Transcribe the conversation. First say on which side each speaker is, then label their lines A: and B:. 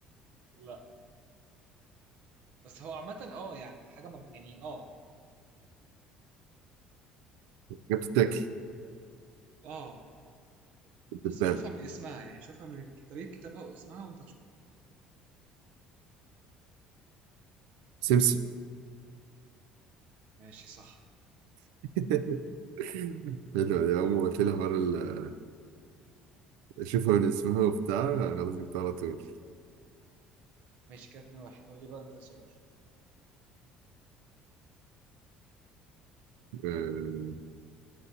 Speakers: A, on the right; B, on the right.
A: لا بس هو عامة اه يعني حاجة منط... يعني اه
B: حاجة بتتاكل
A: اه
B: بتتبان
A: بس شوفها من اسمها يعني شوفها من طريقة كتابها واسمها وانت تشوف
B: سمسم
A: ماشي صح
B: <laughs> حلو يا عم قلت لي حوار ال- شوفها من اسمها وبتاع خلاص جبتها على طول
A: ماشي كده 2 1 قول لي بقى انت سؤال
B: آه،